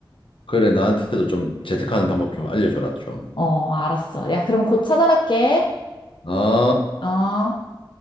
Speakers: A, on the left; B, on the left.
A: 그래, 나한테도 좀 재테크하는 방법 좀 알려줘라, 좀.
B: 어, 알았어. 야, 그럼 곧 찾아갈게.
A: 아.
B: 어.